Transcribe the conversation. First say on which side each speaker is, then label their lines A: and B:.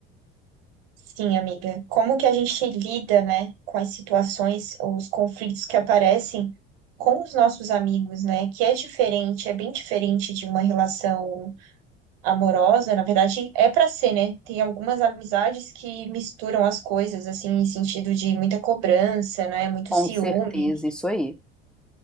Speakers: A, on the right; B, in the centre.
A: Sim, amiga. Como que a gente lida, né, com as situações, os conflitos que aparecem com os nossos amigos, né? Que é diferente, é bem diferente de uma relação amorosa. Na verdade, é pra ser, né? Tem algumas amizades que misturam as coisas, assim, em sentido de muita cobrança, né? Muito
B: Com
A: ciúme.
B: certeza, isso aí.